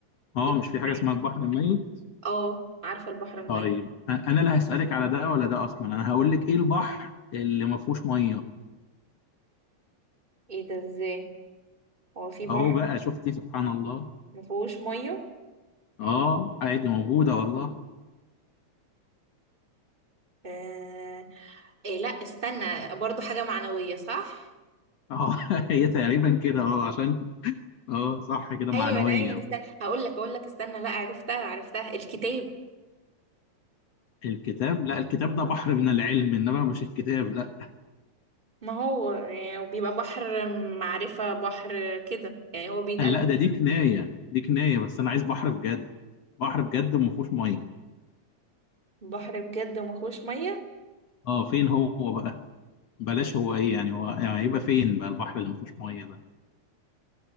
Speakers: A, on the left; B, on the right.
A: اه
B: في بحر
A: مش في حاجه اسمها
B: عايش
A: البحر الميت
B: اه عارفة البحر الميت
A: طيب أ- انا اللي هسالك على ده ولا ده اصلا انا هقول لك ايه البحر اللي ما فيهوش ميه
B: ايه ده ازاي هو في بحر
A: اهو بقى شفتي سبحان الله
B: مفهوش مية
A: اه عادي موجوده والله
B: آه... إيه لا استنى برضو حاجة معنوية صح؟
A: اه <laughs> هي تقريبا كده اه عشان اه صح كده
B: ايوه
A: معنويه
B: انا ايوه أنا استنى هقول لك هقول لك استنى لا عرفتها عرفتها الكتاب
A: الكتاب لا الكتاب ده بحر من العلم انما مش الكتاب لا
B: ما هو آه، وبيبقى بحر معرفة بحر كده يعني هو بيتقال
A: لا ده دي كنايه دي كنايه بس انا عايز بحر بجد بحر بجد وما فيهوش ميه
B: بحر بجد ومفهوش مية
A: اه فين هو بقى بلاش هو ايه يعني هو يعني هيبقى فين بقى البحر اللي ما فيهوش ميه ده